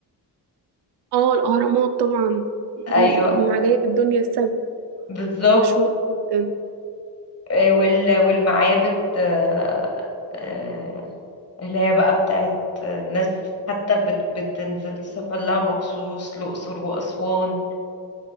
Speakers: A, on the right; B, on the left.
A: اه الأهرامات طبعا دي
B: ايوه
A: من عجائب الدنيا السبع
B: بالظبط
A: مشهورة جدا
B: آه، وال- والمعابد آه، آه، اللي هي بقى بتاعت ناس حتى بت بتنزل تسافر لها مخصوص الاقصر واسوان